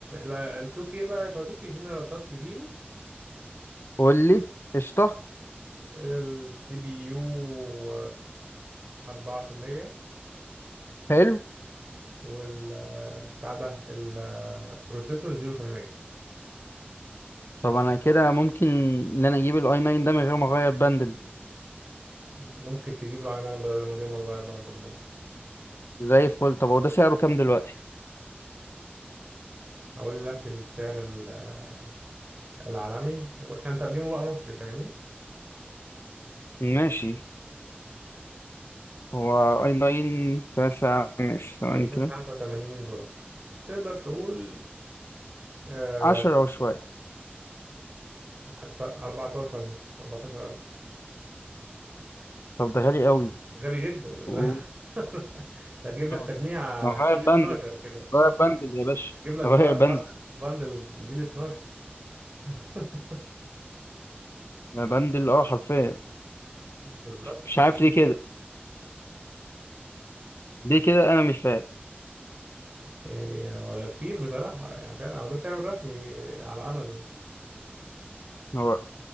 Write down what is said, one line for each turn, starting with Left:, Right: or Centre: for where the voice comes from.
Right: ال 2K بقى يا صديقي جنرال تاسك 0
Left: قول لي قشطة
Right: السي بي يو أربعة في المية
Left: حلو
Right: والبتاع ده البروسيسور زيرو في المية
Left: طب انا كده ممكن ان انا اجيب الاي 9 ده من غير ما اغير بندل
Right: ممكن تجيب له اي 9 بدل من غير ما تغير بندل ممكن
Left: زي الفل طب هو ده سعره كام دلوقتي
Right: هقول لك السعر ال- آه، العالمي واحنا نترجمه بقى مصري فاهمني
Left: ماشي هو اي 9 تسعة ماشي ثواني
Right: 285
Left: كده
Right: دولار تقدر تقول آه،
Left: عشرة وشوية
Right: حتى 14 مثلا 14000
Left: طب ده غالي قوي
Right: غالي جدا ده ده
Left: و-
Right: <laughs> هتجيب لك
Left: اه
Right: تجميع
Left: ما هو
Right: جيل
Left: غاية
Right: 12
Left: بندل
Right: كده
Left: غاية بندل يا باشا
Right: تجيب لك
Left: غاية
Right: بندل
Left: بندل
Right: بندل جيل 12 <laughs>
Left: يا بندل اه حرفيا
Right: بالظبط
Left: مش عارف ليه كده ليه كده انا مش فاهم
Right: يعني هو كتير بصراحة يعني فعلا هو ده سعره الرسمي على أمازون
Left: هو